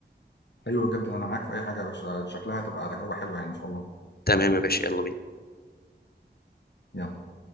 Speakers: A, on the left; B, on the left.
A: حلو جدا انا معاك في اي حاجه يا باشا شكلها هتبقى تجربه حلوه يعني ان شاء الله
B: تمام يا باشا يلا بينا
A: يلا